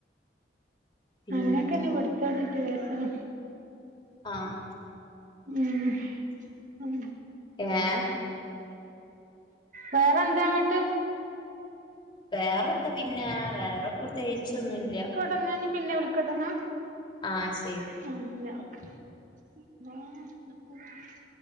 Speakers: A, on the left; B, on the right.
A: പിന്നെ
B: അങ്ങനെയൊക്കെന്നെ ഇവിട്ത്തെ സിറ്റ്വേഷനും
A: ആഹ്
B: ഉം, ഉം
A: ഏഹ്
B: വേറെന്താങ്ങട്ട്?
A: വേറെന്താ പിന്നെ വേറെ പ്രത്യേകിച്ചൊന്നുല്ല.
B: ഇപ്പൊ ഇന്നാ പിന്നെ വിളിക്കട്ടന്നാ.
A: ആഹ്, ശരി.
B: <unintelligible>